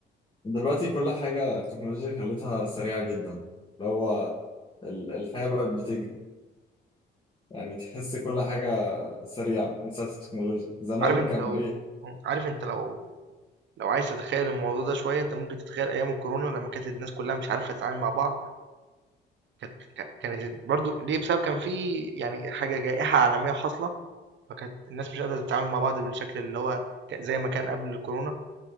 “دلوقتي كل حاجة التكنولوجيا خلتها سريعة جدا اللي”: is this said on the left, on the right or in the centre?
Left